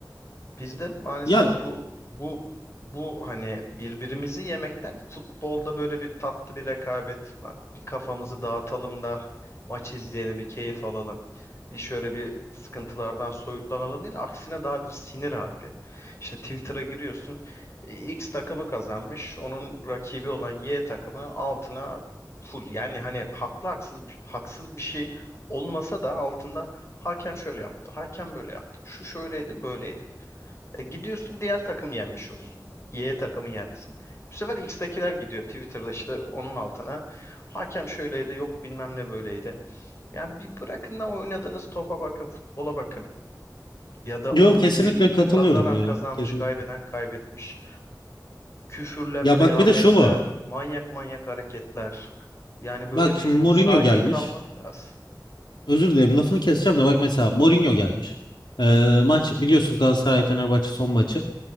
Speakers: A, on the left; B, on the left.
A: Biz de maalesef
B: Ya
A: bu bu bu hani birbirimizi yemekten futbolda böyle bir tatlı bir rekabet, ulan bir kafamızı dağıtalım da maç izleyelim, bir keyif alalım. Bir şöyle bir sıkıntılardan soyutlanalım değil, aksine daha bir sinir harbi. İşte Twitter'a giriyorsun, e, X takımı kazanmış, onun rakibi olan Y takımı altına full. Yani hani haklı haksız bir- haksız bir şey olmasa da altında hakem şöyle yaptı, hakem böyle yaptı, şu şöyleydi, böyleydi. E, gidiyorsun diğer takım yenmiş olsun. Y takımı yensin. Bu sefer X'tekiler gidiyor Twitter'da işte onun altına. Hakem şöyleydi yok bilmem ne böyleydi. Yani bir bırakın da oynadığınız topa bakın, futbola bakın. Ya da
B: yok
A: oradaki
B: kesinlikle katılıyorum
A: kazanan
B: ya.
A: kazanmış,
B: Kesinlikle.
A: kaybeden kaybetmiş. Küfürler,
B: Ya
A: kıyametler,
B: bak bir de şu var.
A: manyak manyak hareketler. Yani böyle
B: Bak
A: bir
B: şimdi Mourinho
A: sakin
B: gelmiş.
A: kalmak lazım.
B: Özür dilerim lafını keseceğim de bak mesela Mourinho gelmiş. E, maç biliyorsun Galatasaray Fenerbahçe son maçı.